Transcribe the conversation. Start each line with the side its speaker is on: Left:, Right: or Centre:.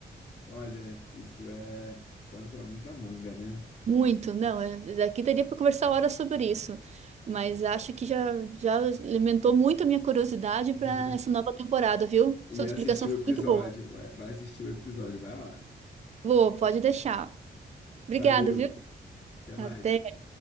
Left: Olha, isso é pano para muita manga, né?
Right: Muito, não, é, daqui daria para conversar horas sobre isso, mas acho que já, já alimentou muito a minha curiosidade
Left: <laughs>
Right: para essa nova temporada, viu?
Left: e
Right: Sua
Left: assistir
Right: explicação
Left: o
Right: foi
Left: episódio.
Right: muito boa.
Left: Vai, vai assistir o episódio, vai lá.
Right: Vou, pode deixar. Obrigada,
Left: Valeu,
Right: viu?
Left: até mais.
Right: Até.